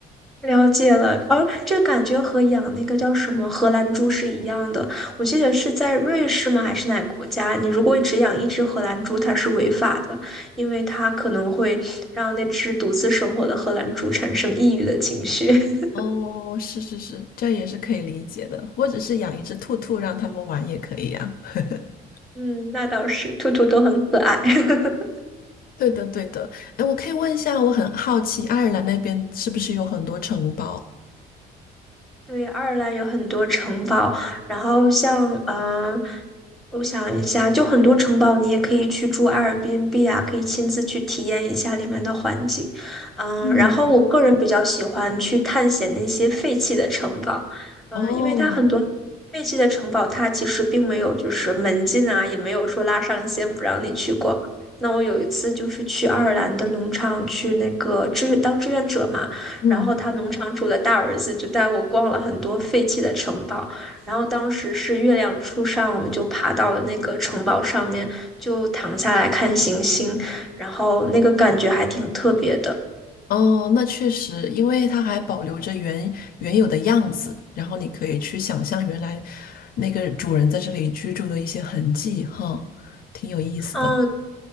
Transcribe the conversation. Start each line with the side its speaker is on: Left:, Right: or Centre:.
Centre: 了解了，而这感觉和养那个叫什么荷兰猪是一样的。我记得是在瑞士吗？还是哪个国家？你如果只养一只荷兰猪，它是违法的，因为它可能会让那只独自生活的荷兰猪产生抑郁的情绪。<laughs>
Left: 哦，是是是，这也是可以理解的，或者是养一只兔兔让他们玩也可以呀、啊 <laughs>
Centre: 嗯，那倒是，兔兔都很可爱。<laughs>
Left: 对的，对的。哎，我可以问一下，我很好奇，爱尔兰那边是不是有很多城堡？
Centre: 对，爱尔兰有很多城堡，然后像嗯，我想一下，就很多城堡，你也可以去住阿尔 r b n 啊，可以亲自去体验一下里面的环境。嗯，
Left: 嗯
Centre: 然后我个人比较喜欢去探险那些废弃的城堡，嗯，
Left: 哦，
Centre: 因为它很多废弃的城堡，它其实并没有就是门禁啊，也没有说拉上线不让你去过。那我有一次就是去爱尔兰的农场去那个志愿当志愿者嘛。
Left: 嗯，
Centre: 然后他农场主的大儿子就带我逛了很多废弃的城堡，然后当时是月亮初上，我们就爬到了那个城堡上面，就躺下来看星星，然后那个感觉还挺特别的。
Left: 哦，那确实，因为它还保留着原原有的样子，然后你可以去想象原来那个主人在这里居住的一些痕迹，哈，挺有意思的。
Centre: 嗯，